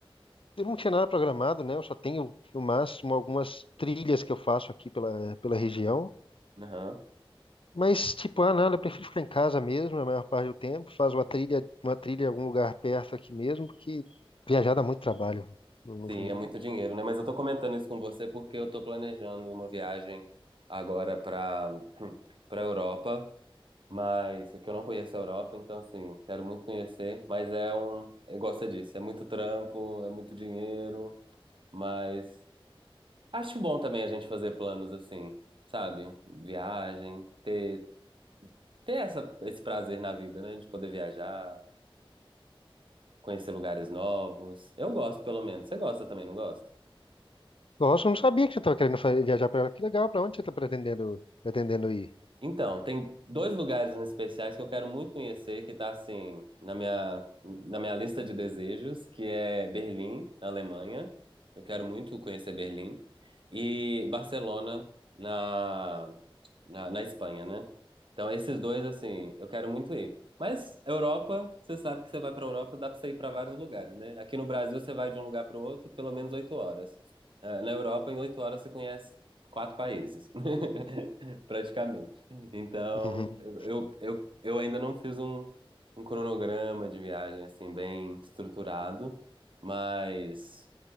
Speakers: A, on the left (about 70°); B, on the right (about 60°).
A: Eu não tinha nada programado, né? Eu só tenho, no máximo, algumas trilhas que eu faço aqui pela, pela região.
B: Aham.
A: Mas, tipo, ah, nada, eu prefiro ficar em casa mesmo, a maior parte do tempo. Faz uma trilha, uma trilha em algum lugar perto aqui mesmo, porque viajar dá muito trabalho. Não- não-
B: Sim,
A: não-
B: é muito dinheiro, né? Mas eu tô comentando isso com você porque eu tô planejando uma viagem agora pra, <clears throat> pra Europa, mas que eu não conheço a Europa, então assim, quero muito conhecer, mas é um, igual você disse, é muito trampo, é muito dinheiro. Mas Acho bom também a gente fazer planos assim, sabe? Viagem, ter, ter essa, esse prazer na vida, né? De poder viajar, conhecer lugares novos. Eu gosto, pelo menos. Você gosta também, não gosta?
A: Nossa, eu não sabia que você estava querendo fa- viajar para lá. Que legal, para onde você está pretendendo, pretendendo ir?
B: Então, tem dois lugares em especiais que eu quero muito conhecer, que tá assim, na minha, na minha lista de desejos, que é Berlim, na Alemanha. Eu quero muito conhecer Berlim. E Barcelona, na, na, na Espanha, né? Então, esses dois, assim, eu quero muito ir. Mas Europa, você sabe que você vai pra Europa, dá pra você ir pra vários lugares, né? Aqui no Brasil, você vai de um lugar pro outro pelo menos oito horas. Eh, Na Europa, em oito horas, você conhece quatro países, <laughs> praticamente. Então,
A: Uhum.
B: eu, eu, eu eu ainda não fiz um, um cronograma de viagem assim bem estruturado, mas